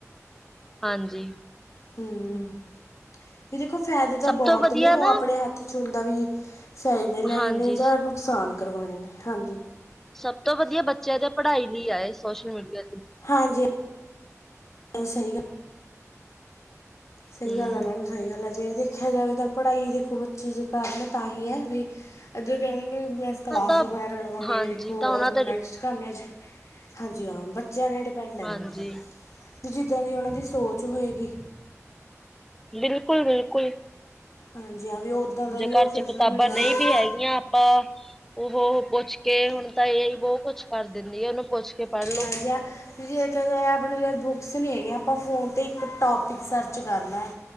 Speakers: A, in the centre; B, on the left.
A: ਹਾਂਜੀ
B: ਹਮ ਸੀ ਦੇਖੋ ਫਾਇਦੇ ਤਾਂ
A: ਸਭ
B: ਬਹੁਤ
A: ਤੋਂ ਵਧੀਆ
B: ਨੇ ਉਹ
A: ਨਾ
B: ਆਪਣੇ ਹੱਥ 'ਚ ਹੁੰਦਾ ਵੀ ਫਾਇਦੇ ਲੈਣੇ
A: ਹਾਂਜੀ
B: ਨੇ ਜਾਂ ਨੁਕਸਾਨ। ਕਰਵਾਣੇ ਨੇ ਹਾਂਜੀ।
A: ਸਭ ਤੋਂ ਵਧੀਆ ਬੱਚੇ ਦੇ ਪੜ੍ਹਾਈ ਲਈ ਆ ਇਹ ਸੋਸ਼ਲ ਮੀਡੀਆ। ਤੇ
B: ਹਾਂਜੀ ਸਹੀ ਗਲ, ਸਹੀ-ਸਹੀ
A: ਹੂੰ
B: ਗੱਲ ਆ ਮੈਮ ਸਹੀ ਗੱਲ ਹੈ। ਜੇ ਦੇਖਿਆ ਜਾਵੇ ਤਾਂ ਪੜ੍ਹਾਈ ਦੇਖੋ ਬੱਚੇ ਜੇ ਕਰਨ ਤਾਂ ਹੀ ਹੈ ਵੀ ਅੱਗੋਂ ਕਹਿੰਦੇ ਨੇ ਕਲਾਸ
A: ਹਾਂ ਤਾਂ
B: ਵਗੈਰਾ ਲਗਉਣੀ
A: ਹਾਂਜੀ
B: ਆਂ ਵੀ ਦੇਖੋ
A: ਤਾਂ ਉਹਨਾਂ
B: ਨੈਕਸਟ
A: ਦੇ
B: ਕਮਰੇ ਚ, ਹਾਂਜੀ ਹਾਂ ਬਚ ਜ਼ਿਆਦੇ ਡਿਪੈਂਡ ਆ
A: ਹਾਂਜੀ
B: ਮੈਮ, ਜਿਦਾਂ ਦੀ ਉਹਨਾ ਦੀ ਸੋਚ ਹੋਏਗੀ।
A: ਬਿਲਕੁਲ-ਬਿਲਕੁਲ।
B: ਹਾਂ। ਵੀ ਉੱਦਾਂ ਦਾ ਹੀ
A: ਜੇ ਘਰ
B: ਉਹ ਸੋਸ਼ਲ
A: ਚ ਕਿਤਾਬਾਂ
B: ਮੀਡੀਆ
A: ਨਹੀਂ
B: 'ਤੇ
A: ਵੀ ਹੈਗੀਆਂ ਆਪਾਂ ਉਹ ਪੁੱਛ ਕੇ ਹੁਣ ਤਾਂ ਇਹਈ ਬਹੁ ਕੁੱਛ ਕਰ ਦਿੰਦੀ ਉਹਨੂੰ ਪੁੱਛ ਕੇ ਪੜ੍ਹ ਲੋ
B: ਹਾਂਜੀ, ਹ ਤੁਸੀਂ ਦੇਖਿਆ ਜਾਏ ਆਪਣੇ ਲਈ ਬੁੱਕਸ ਨਹੀਂ ਹੈਗੀਆਂ। ਆਪਾਂ ਫੋਨ ਤੇ ਇੱਕ ਟੋਪਿਕ ਸਰਚ ਕਰਨਾ